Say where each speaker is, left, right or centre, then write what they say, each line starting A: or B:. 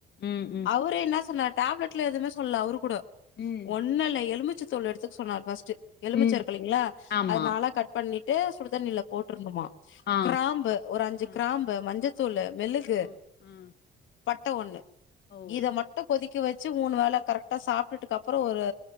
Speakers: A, on the left; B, on the left.
A: ம் ம்
B: அவரு என்ன சொன்னாரு டேப்லெட்ல எதுவுமே சொல்ல அவரு கூட
A: ம்
B: ஒண்ணு இல்ல எலுமிச்ச தூள் எடுத்துக்க சொன்னாரு ஃபர்ஸ்ட்டு எலுமிச்சா
A: ம்
B: இருக்குங்களா
A: ஆமா
B: அது நாலா கட் பண்ணி ட்டு சுடுதண்ணியில போட்டுருனுமா
A: ஆ
B: கிராம்பு ஒரு அஞ்சு
A: ஆ
B: கிராம்பு மஞ்சத்தூளு மிளகு
A: ஆ ஆ
B: பட்டா ஒன்னு
A: ஓ
B: இத மட் ட்டு கொதிக்க வச்சு மூணு வேலை கரெக்டா சாப்புட்டு டு அதுக்கு அப்புறே ஒரு